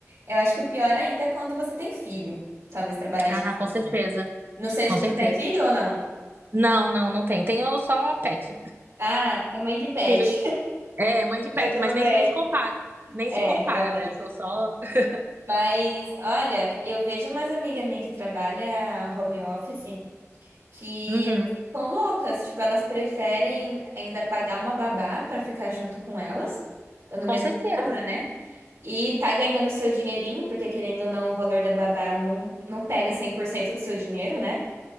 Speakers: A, on the right (about 80°); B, on the right (about 45°).
A: eu acho que o pior ainda é quando você tem filho. Talvez trabalhar de
B: Ah,
A: casa,
B: com certeza,
A: né? Não sei
B: com
A: se
B: certeza.
A: tu tem filho ou não.
B: Não, não, não tenho. Tenho só pet.
A: Ah, é mãe de pet.
B: Filhos, É, mãe de pet,
A: Eu também.
B: mas nem, nem se compara, nem
A: É,
B: se compara,
A: realmente.
B: né? Tô só. <laughs>
A: Mas, olha, eu vejo umas amigas minhas que trabalham home office que
B: Uhum.
A: elas ficam loucas. Tipo, elas preferem ainda pagar uma babá pra ficar junto com elas, ou na mesma
B: Com certeza.
A: casa, né? E tá ganhando seu dinheirinho, porque querendo ou não, o valor da babá não, não pega 100% do seu dinheiro, né?